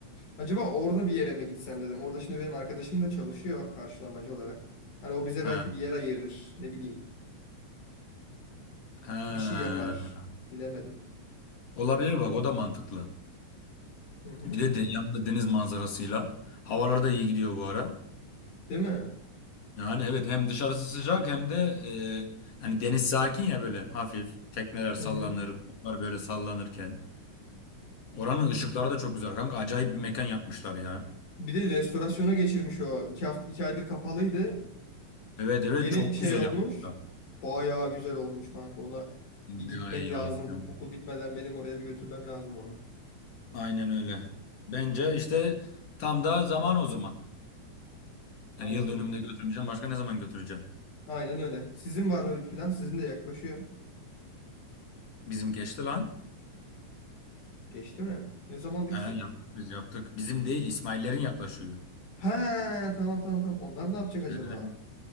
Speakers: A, on the left; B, on the left.
A: Acaba orada bir yere mi gitsem dedim. Orada şimdi benim arkadaşım da çalışıyor karşılamacı olarak. Hani o bize
B: Ha,
A: belki bir yer ayırır, ne bileyim,
B: ha.
A: bir şey yapar. Bilemedim.
B: Olabilir bak o da mantıklı.
A: Hı hı.
B: Bir de, de yanında deniz manzarasıyla. Havalar da iyi gidiyor bu ara.
A: Değil mi?
B: Yani evet hem dışarısı sıcak hem de e, hani deniz sakin ya böyle hafif. Tekneler sallanır,
A: Hı hı.
B: onlar böyle sallanırken. Oranın ışıkları da çok güzel kanka. Acayip bir mekan yapmışlar ya.
A: Bir de restorasyona geçirmiş o. İki hafta, iki aydır kapalıydı.
B: Evet evet
A: Yeni
B: çok
A: şey
B: güzel
A: olmuş.
B: yapmışlar.
A: Bayağı güzel olmuş kanka. Ona
B: Bayağı
A: bir gitmek
B: iyi
A: lazım.
B: olmuş. yani.
A: Okul bitmeden benim oraya bir götürmem lazım onu.
B: Aynen öyle. Bence işte tam da zaman o zaman.
A: Anladım.
B: Yani yıl dönümünde götürmeyeceğim. Başka ne zaman götüreceğim?
A: Aynen öyle. Sizin var mı bir plan? Sizin de yaklaşıyor.
B: Bizim geçti lan.
A: Geçti mi? Ne zamandı
B: He,
A: ki sizinki?
B: yaptık biz yaptık. Bizim değil İsmail'lerin yaklaşıyor.
A: He tamam tamam tamam. Onlar ne yapacak acaba?
B: He,